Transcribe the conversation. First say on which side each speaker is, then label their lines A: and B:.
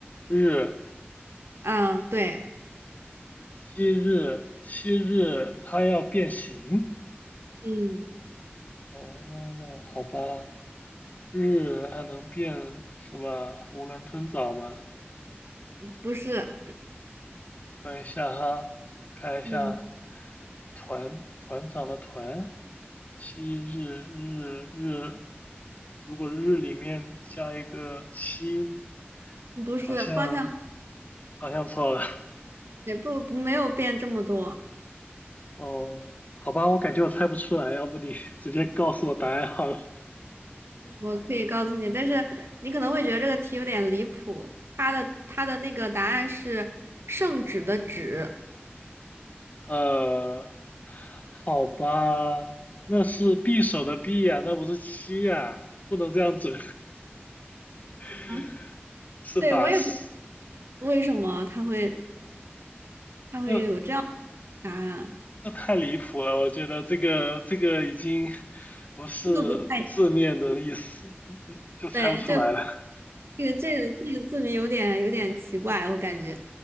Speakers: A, on the left; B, on the right.
A: 日，
B: 嗯，对，
A: 七日，七日，它要变形
B: 嗯，
A: 哦。好吧，日还能变是吧？囫囵吞枣吗？
B: 不是，
A: 等一下哈，看一下
B: 嗯，
A: 团团长的团，七日日日，如果日里面加一个七，
B: 不是，
A: 好像
B: 方向
A: 好像错了。<laughs>
B: 也不不没有变这么多。
A: 哦，好吧，我感觉我猜不出来，要不你直接告诉我答案好了。
B: 我可以告诉你，但是你可能会觉得这个题有点离谱。它的它的那个答案是圣旨的旨。
A: <laughs> 呃，好吧，那是匕首的匕呀、那不是七呀、不能这样整，<laughs>
B: 嗯，
A: 是吧？
B: 对，我也不
A: 是，
B: 为什么它会它会有这样的
A: 那
B: 答案，
A: <laughs> 这太离谱了，我觉得这个这个已经不是字面的意思，
B: 这个不太
A: 嗯嗯就猜不出来了。
B: 对，这这个这个这个字谜有点有点奇怪，我感觉。